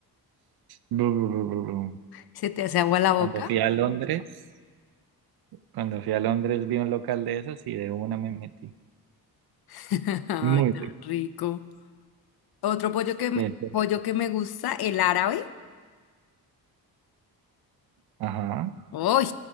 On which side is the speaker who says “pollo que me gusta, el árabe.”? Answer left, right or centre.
Left